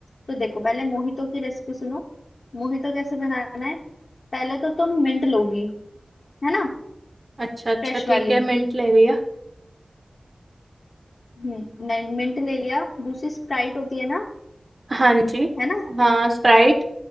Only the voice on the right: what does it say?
अच्छा अच्छा
ठीक है मिंट ले लिया
हाँ जी
हाँ स्प्राइट